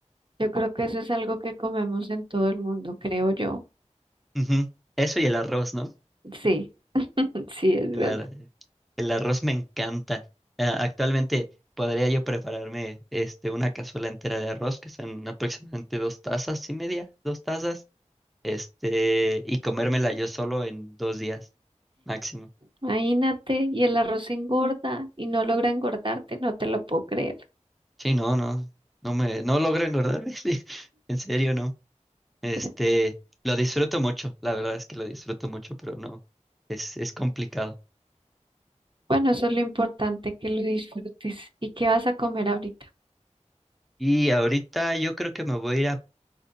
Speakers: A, on the right (about 45°); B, in the centre.
A: yo creo que eso es algo que comemos en todo el mundo, creo yo.
B: Ujú. Eso y el arroz, ¿no?
A: Sí, <laughs> sí, es
B: El,
A: verdad.
B: ar- el arroz me encanta. Ah, actualmente podría yo prepararme este, una cazuela entera de arroz, que son aproximadamente dos tazas y media, dos tazas, este, y comérmela yo solo en dos días máximo.
A: Imagínate, y el arroz engorda y no logra engordarte, no te lo puedo creer.
B: Sí, no, no, no me, no logro engordarme, <laughs> sí, en serio, no. Este,
A: Tre-
B: lo disfruto mucho, la verdad es que lo disfruto mucho, pero no, es, es complicado.
A: Bueno, eso es lo importante, que lo disfrutes. ¿Y qué vas a comer ahorita?
B: Y ahorita yo creo que me voy a ir a